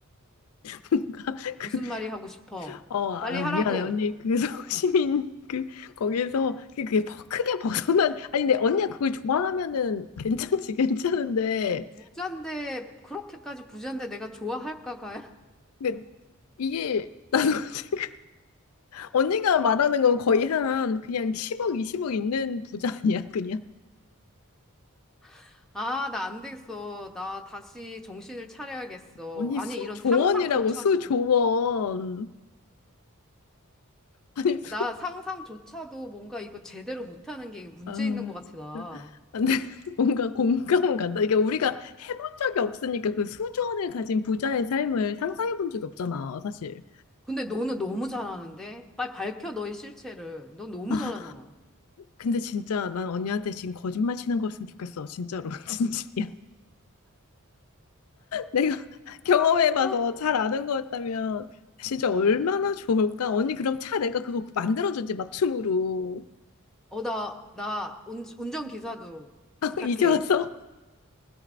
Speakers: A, on the left (about 85°); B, in the centre.
A: <laughs> 뭔가 그
B: 무슨 말이 하고 싶어?
A: 어, 아,
B: 빨리 하라고.
A: 미안해, 언니. 그래서 <laughs> 시민, 그, 거기에서, 그게 그게 벗- 크게 벗어난, 아니, 근데 언니가 그걸 좋아하면은 괜찮지, 괜찮은데.
B: 부잔데, 그렇게까지 부잔데 내가 좋아할까, 가야?
A: 근데 이게, 나도 <laughs> 지금, 언니가 말하는 건 거의 한, 그냥 10억, 20억 있는 부자 아니야, 그냥.
B: <laughs> 아, 나 안 되겠어. 나 다시 정신을 차려야겠어.
A: 언니
B: 아니,
A: 수조원이라고,
B: 이런 상상조차도,
A: 수조원. 아니, 수,
B: 나 상상조차도 뭔가 이거 제대로 못하는 게 이게 문제
A: 아,
B: 있는 것 같아, 나.
A: 진짜. 근데 <laughs> 뭔가 공감은 간다. 이게 우리가 해본 적이 없으니까 그 수조원을 가진 부자의 삶을 상상해 본 적이 없잖아, 사실.
B: 근데 너는 너무 잘하는데? 빨리 밝혀, 너의 실체를. 넌 너무
A: 아
B: 잘하잖아.
A: 근데 진짜 난 언니한테 지금 거짓말 치는 거였으면 좋겠어. 진짜로. <laughs> 진심이야. 내가 <laughs> 경험해봐서
B: 아,
A: 잘 아는 거였다면 진짜
B: 어.
A: 얼마나 좋을까? 언니 그럼 차 내가 그거 만들어주지 맞춤으로.
B: 어, 나, 나 운, 운전기사도
A: <laughs>
B: 부탁해.
A: 이제 와서